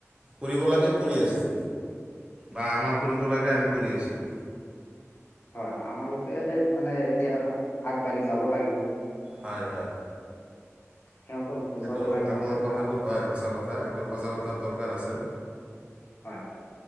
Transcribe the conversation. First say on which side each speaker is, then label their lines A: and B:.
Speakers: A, on the right; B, on the left.
A: কৰিব লাগে কৰি আছে। বা আমাৰ কৰিব লাগে আমি কৰি আছো।
B: হয় আমালোকে মানে এতিয়া আগবাঢ়ি যাব লাগিব।
A: হয় হয়।
B: সিহঁতক বুজাব
A: সেইটো
B: লাগিব
A: আপোনাৰ কথাটো
B: আ,
A: হয় সঁচা কথা কথা এইটো সজাগতাৰ দৰকাৰ আছে।
B: হয়